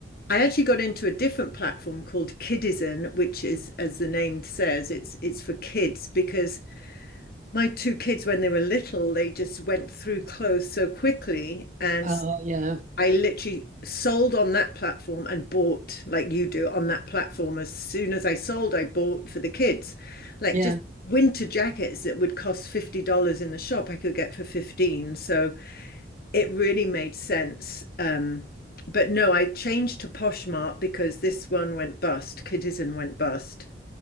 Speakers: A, on the left; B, on the right.
A: I actually got into a different platform called Kidizen, which is, as the name says, it's it's for kids because my two kids, when they were little, they just went through clothes so quickly and
B: Oh, yeah.
A: I literally sold on that platform and bought like you do on that platform. As soon as I sold, I bought for the kids, like
B: Yeah.
A: just winter jackets that would cost $50 in the shop, I could get for 15. So it really made sense. Um, but no, I changed to Poshmark because this one went bust. Kidizen went bust.